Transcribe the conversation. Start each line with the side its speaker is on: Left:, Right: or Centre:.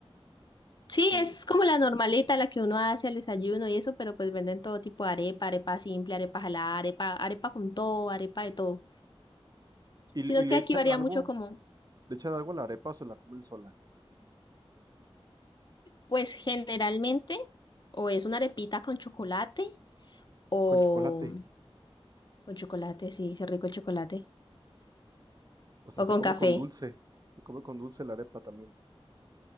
Left: Sí,
Right: Sí.
Left: es como la normalita la que uno hace al desayuno y eso, pero pues venden todo tipo de arepa, arepa simple, arepa jalada, arepa, arepa con todo, arepa de todo.
Right: ¿Y,
Left: Sino
Right: le y le
Left: que aquí
Right: echan
Left: varía
Right: algo?
Left: mucho como,
Right: ¿Le echan algo a la arepa o se la comen sola?
Left: pues generalmente, o es una arepita con chocolate, o
Right: Con chocolate.
Left: con chocolate, sí, qué rico el chocolate,
Right: O sea,
Left: o
Right: se
Left: con
Right: come
Left: café.
Right: con dulce. Se come con dulce la arepa también.